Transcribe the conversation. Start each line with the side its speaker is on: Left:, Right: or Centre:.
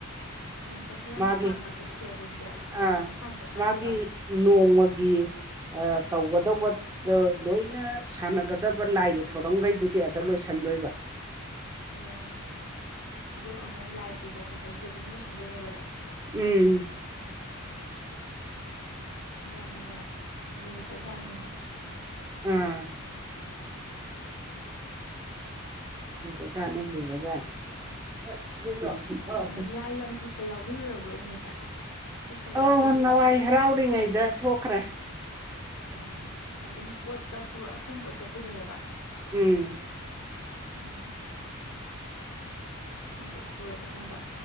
Left: ꯑꯣ ꯀꯩꯁꯨ ꯌꯥꯝ
Right: ꯃꯥꯒꯤ
Left: ꯁꯥꯡꯅ ꯆꯠꯇ꯭ꯔꯦ ꯑꯗꯨꯗꯤ
Right: ꯑꯥ
Left: ꯂꯝ ꯑꯃꯐꯥꯟꯅ ꯆꯠꯅꯗꯦꯕ
Right: ꯃꯥꯒꯤ ꯅꯣꯡꯃꯒꯤ ꯑꯥ ꯇꯧꯒꯗꯧꯕ ꯂꯣꯏꯅ ꯁꯥꯟꯅꯒꯗꯕ ꯂꯥꯏꯒꯤ ꯊꯧꯔꯝꯈꯩꯗꯨꯗꯤ ꯑꯗ ꯂꯣꯏꯁꯟꯗꯣꯏꯕ
Left: ꯑꯣ ꯑꯗꯨꯒ ꯑꯃꯨꯛ ꯂꯥꯏ ꯄꯨꯕ ꯈꯣꯠꯄꯗꯨꯁꯨ ꯑꯗꯨꯝ ꯂꯣꯏꯁꯤꯟꯗꯣꯏꯅꯦꯕꯗ
Right: ꯎꯝ
Left: ꯌꯥꯝꯅ ꯂꯨꯕ ꯖꯥꯠꯅꯤꯅꯦ
Right: ꯑꯥ <unintelligible>
Left: ꯎꯝ ꯂꯥꯏ ꯂꯝꯊꯣꯛ ꯄ ꯌꯥꯎꯕꯤꯔꯨꯔꯕꯣ ꯏꯅꯦꯁꯦ ꯊꯣꯛꯄꯒ
Right: ꯑꯥꯎ
Left: ꯌꯥꯎꯔꯨꯕ
Right: ꯅꯋꯥꯏ ꯍꯔꯥꯎꯔꯤꯉꯩꯗ ꯊꯣꯛꯈ꯭ꯔꯦ
Left: ꯑꯣ ꯑꯗꯨꯝ ꯄꯣꯠꯀ ꯄꯨꯔ ꯑꯊꯦꯝ ꯄꯣꯠꯀ ꯄꯨꯅꯩꯑꯦꯕ
Right: ꯎꯝ
Left: ꯎꯝ ꯑꯊꯦꯟꯄꯣꯠ ꯄꯨꯔ ꯆꯠꯅꯕ